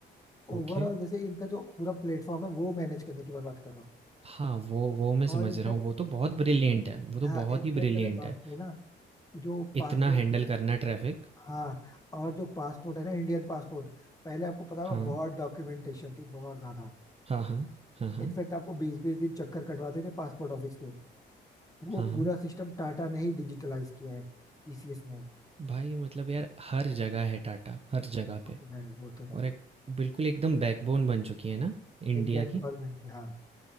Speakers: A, on the left; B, on the right.
A: ओवरऑल
B: ओके
A: जैसे इनका जो पूरा प्लेटफॉर्म है वो मैनेज करने की मैं बात कर रहा हूँ
B: हाँ, वो वो मैं समझ
A: और इनफैक्ट
B: रहा हूँ, वो तो बहुत ब्रिलिएंट है, वो तो
A: हाँ
B: बहुत
A: इनफैक्ट
B: ही ब्रिलिएंट
A: अगर बात
B: है,
A: करें ना जो पासपोर्ट
B: इतना हैंडल करना ट्रैफ़िक।
A: हाँ और जो पासपोर्ट है ना इंडियन पासपोर्ट पहले आपको पता होगा
B: हाँ,
A: बहुत डॉक्यूमेंटेशन थी बहुत ज्यादा
B: हाँ, हाँ, हाँ, हाँ,
A: इनफैक्ट आपको बीस बीस दिन चक्कर कटवाते थे पासपोर्ट ऑफिस के वो
B: हाँ, हाँ।
A: पूरा सिस्टम टाटा ने ही डिजिटलाइज किया है टीसीएस ने
B: भाई मतलब यार हर जगह है टाटा, हर जगह
A: वो
B: पे
A: तो है वो तो है
B: और एक बिल्कुल एकदम बैकबोन बन चुकी है ना इंडिया
A: इंडियन
B: की।
A: गवर्नमेंट की हाँ